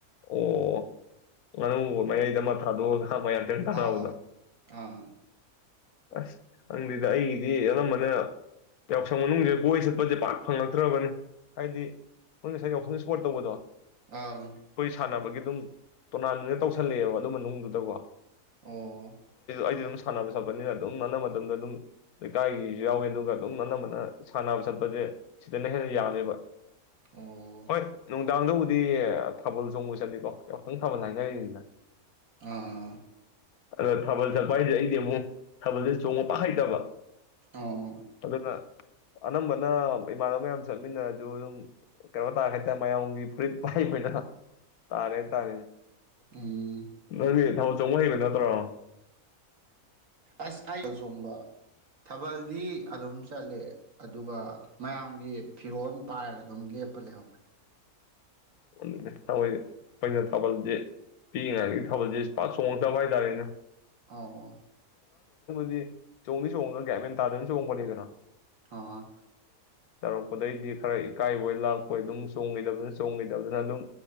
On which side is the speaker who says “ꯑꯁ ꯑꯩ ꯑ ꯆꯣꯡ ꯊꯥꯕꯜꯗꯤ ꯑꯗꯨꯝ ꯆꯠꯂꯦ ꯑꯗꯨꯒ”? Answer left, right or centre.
Right